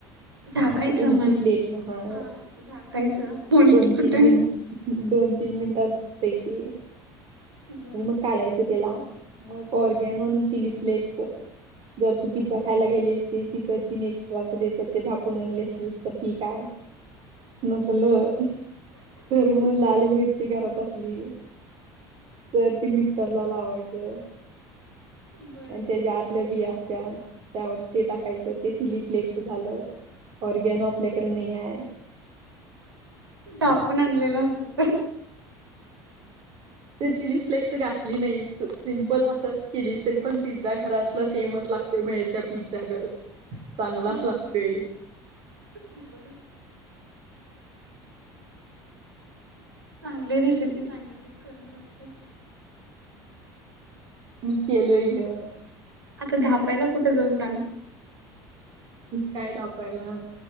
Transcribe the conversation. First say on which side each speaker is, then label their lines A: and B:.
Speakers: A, on the right; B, on the right.
A: झाकायचं
B: असं, उलटी
A: म्हण
B: प्लेट, म हाय
A: हा झाकायचं उलटी
B: म, दोन
A: कुठे
B: -तीन मिनट, दोन -तीन मिनिटात फुगतय ते
A: बर
B: आणि मग काढायचं त्याला मग ऑरगॅनो आणि चिली फ्लेक्स जर तू पिझ्झा खायला गेली असती तिथं तीनं एक्स्ट्राचं देतात ते ढापून आणलेस लीस तर ठीक आहे नसलं तर म लाल मिरची घरात असली तर ती मिक्सरला लावायचं
A: बर बर
B: एन त्या ज्या आतल्या बिया असत्यात त्यावर ते टाकायचं ते चिली फ्लेक्स झालं. ओरिगॅनो आपल्याकडे नाही आहे.
A: ढापून आणलेलं असलं तर
B: ते चिली फ्लेक्स घातली नाही स सिम्पल असंच केलीस तरी पण पिझ्झा घरातलं सेमच लाग तर बाहेरचा पिझ्झा गं चांगलाच
A: हा हा
B: लागतेय.
A: <unintelligible> चांगली रेसिपी सांगितलीस करून बघतो.
B: मी केलेय ह्य.
A: आता धापायला कुठं जाऊ सांग?
B: काय ढापायला?